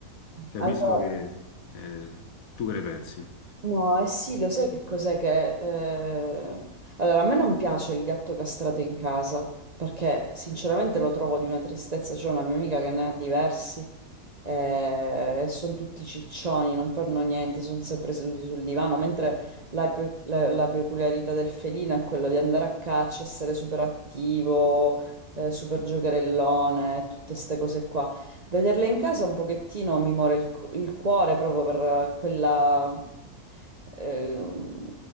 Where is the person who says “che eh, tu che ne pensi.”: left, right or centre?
Left